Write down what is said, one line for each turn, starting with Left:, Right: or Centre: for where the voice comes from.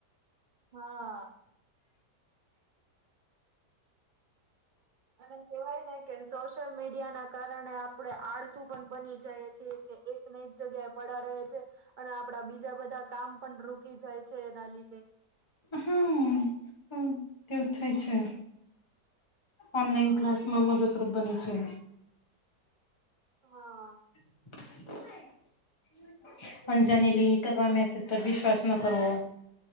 Right: હા. અને કેવાય ને કે, સોશિયલ મીડિયા ના કારણે આપડણે આળસું પણ બની જાય છીએ. કે એકને એક જગ્યાએ પડા રહે છે.... અને આપડા બીજા બધા કામ પણ રૂકી જાય છે એના લીધે.
Left: હમ્મ હમ્મ તેવું થાય છે. ઓનલાઈન
Right: હા
Left: ક્લાસ માં મદદરૂપ બની છે.
Right: હા.
Left: <unintelligible> પર વિશ્વાસ ન કરવો,